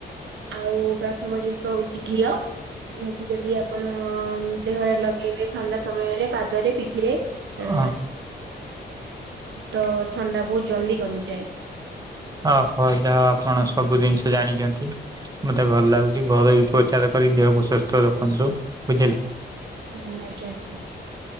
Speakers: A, on the right; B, on the right.
A: ଆଉ ପ୍ରଥମ ଜିନିଷ ହଉଛି ଘିଅ। ଘିଅକୁ ଯଦି ଆପଣ ଦେହରେ ଲଗେଇବେ ଥଣ୍ଡା ସମୟରେ ପାଦରେ ପିଠିରେ ଆ
B: ହଁ।
A: ତ ଥଣ୍ଡା ବହୁତ ଜଲଦି କମିଯାଏ।
B: ଓହୋ ଯାହା ହଉ ଆପଣ ସବୁ ଜିନିଷ ଜାଣିଛନ୍ତି। ମତେ ଭଲ ଲାଗୁଛି ଘରୋଇ ଉପଚାର କରି ଦେହକୁ ସୁସ୍ଥ ରଖନ୍ତୁ ବୁଝିଲେ।
A: ହୁଁ ଆଜ୍ଞା ଆଜ୍ଞା।